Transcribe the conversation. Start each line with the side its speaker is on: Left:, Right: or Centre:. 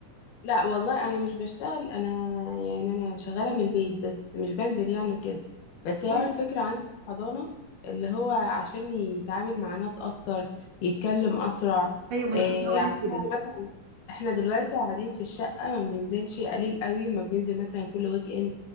Left: لا والله أنا مش بشتغل أنا يعني أنا شغالة من البيت بس مش بنزل يعني وكده بس هو
Right: طيب
Left: الفكرة عندي في الحضانة اللي هو عشان يتعامل مع ناس أكتر يتكلم أسرع
Right: ايوه ما انا
Left: إيه
Right: كنت هقول
Left: عشان
Right: لك كده
Left: هو مثلا إحنا دلوقتي قاعدين في الشقة ما بننزلش قليل قوي ما بننزل مثلا كل ويك إند